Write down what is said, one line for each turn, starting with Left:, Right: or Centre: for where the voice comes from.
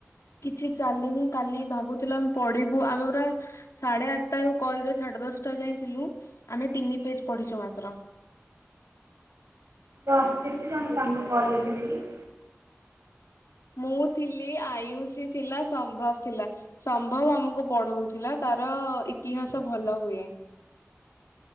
Left: କିଛି ଚାଲିନି କାଲି ଭାବୁଥିଲା ପଢିବୁ ଆମେ ପୁରା ସାଢେ ଆଠଟା ରୁ କଲ ରେ ସାଢେ ଦଶଟା ଯାଏଁ ଥିଲୁ ଆମେ ତିନି ପେଜ ପଢିଛୁ ମାତ୍ର।
Right: ବା କେତେ ଜଣ ସାଙ୍ଗ କଲରେ ଥିଲେ କି?
Left: ମୁଁ ଥିଲି ଆୟୁଷି ଥିଲା ସମ୍ଭବ ଥିଲା। ସମ୍ଭବ ଆମକୁ ପଢାଉଥିଲା ତାର ଇତିହାସ ଭଲ ହୁଏ।